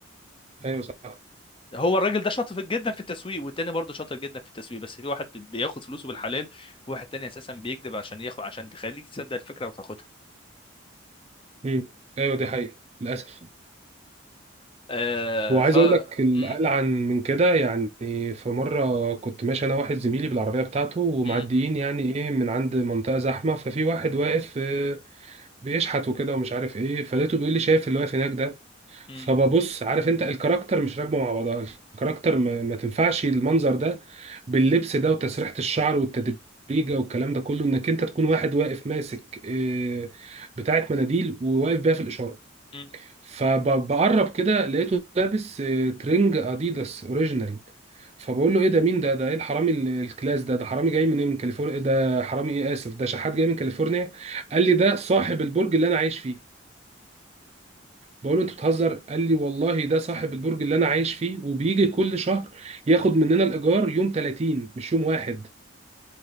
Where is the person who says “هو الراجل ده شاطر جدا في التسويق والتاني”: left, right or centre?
Left